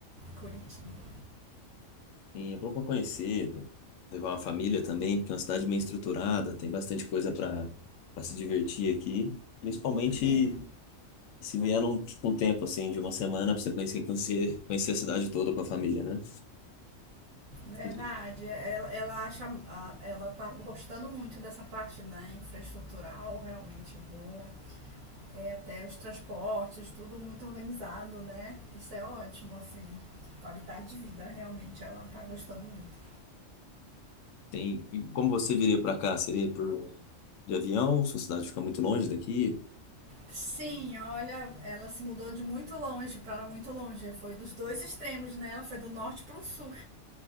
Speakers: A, on the right; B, on the left.
A: Curitiba.
B: Sim, é bom para conhecer, levar uma família também, porque é uma cidade bem estruturada, tem bastante coisa para para se divertir aqui. Principalmente
A: É,
B: se vier num, tipo, um tempo assim, de uma semana, para você conhecer, conhecer, conhecer a cidade toda com a família, né?
A: verdade.
B: Acredito que
A: Ela, ela acha, a- ela tá gostando muito dessa parte da infraestrutural, realmente boa. É, até os transportes, tudo muito organizado, né? Isso é ótimo, assim. Qualidade de vida, realmente, ela tá gostando muito.
B: Tem, e como você viria para cá? Seria por de avião? Sua cidade fica muito longe daqui?
A: Sim, olha, ela se mudou de muito longe para muito longe. Foi dos dois extremos, né? Ela foi do norte para o sul.